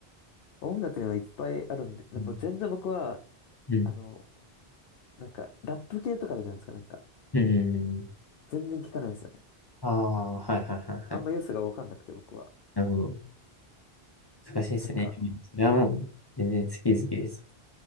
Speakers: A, on the left; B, on the left.
A: 音楽にはいっぱいあるんで、でも全然僕は、
B: うん。うん。
A: あの、なんか、ラップ系とかあるじゃないですか、なんか。
B: うん。
A: 全然聞かないんですよね。
B: ああー、はいはいはいはい。
A: あんま良さがわかんなくて、僕は。
B: なるほど。難しいですね。
A: なんか、
B: それはもう、全然好き好きです。